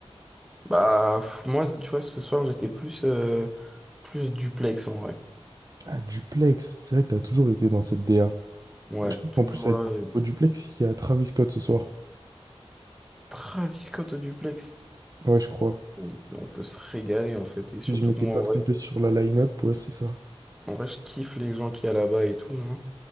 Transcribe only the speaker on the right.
Ah, Duplex, c'est vrai que t'as toujours été dans cette DA.
Bah, je crois
qu'en plus, à-
au Duplex, il y a Travis Scott ce soir.
Ouais, je crois.
Si
je m'étais
pas trompé sur la line-up, ouais, c'est ça.